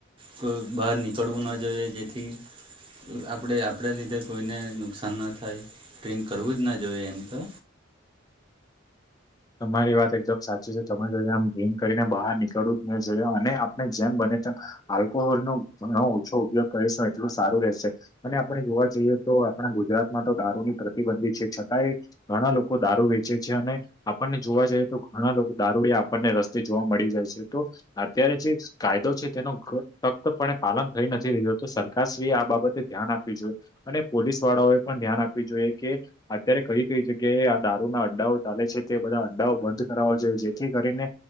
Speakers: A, on the right; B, on the left.
A: કોઈ બહાર નીકળવું ન જોઈએ જેથી આપણે આપણે લીધે કોઈને નુકસાન ન થાય ડ્રીંક કરવું જ ના જોઈએ એમ તો
B: તમારી વાત એકદમ સાચી છે તમે જો આમ ગેમ કરીને બહાર નીકળવું ત મે જો અને આપણે જેમ બને તેમ આલ્કોહોલ નો તમે ઓછો ઉપયોગ કરીશ એટલુ સારું રહેશે. અને આપણે જોવા જઈએ તો આપણા ગુજરાતમાં તો દારૂની પ્રતિબંધિત છે, છતાંય ઘણા લોકો દારૂ વેચે છે, અને આપણને જોવા જઈએ તો ઘણા લોકો દારૂડિયા આપણને રસ્તે જોવા મળી જાય છે તો અત્યારે જે કાયદો છે, તેનું તખ્તપણે પાલન થઈ નથી રહ્યું તો સરકારશ્રીએ આ બાબતે ધ્યાન આપવી જોઈએ અને પોલીસ વાળાઓ એ પણ ધ્યાન આપવી જોઈએ કે અત્યારે કઈ કઈ છે કે આ દારૂ ના અંડાઓ ચાલે છે તે બધા અડાઓ બંધ કરો જોઈએ જેથી કરીને